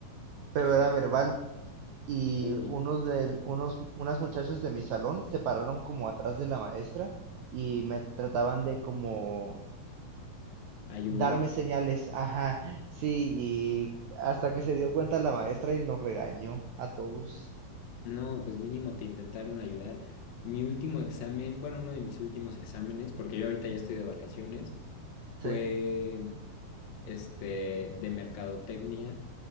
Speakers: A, on the right (about 80°); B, on the left (about 75°).
A: pero
B: Ajá.
A: era verbal y
B: Uy,
A: unos de, unos, unas muchachas de mi salón se pararon como atrás de la maestra y me trataban de como
B: ayudar.
A: darme señales, ajá, sí, y hasta que se dio cuenta la maestra y nos regañó a todos.
B: No, pues mínimo te intentaron ayudar. Mi último examen, bueno, uno de mis últimos exámenes, porque yo ahorita ya estoy de vacaciones, fue
A: Sí,
B: este de mercadotecnia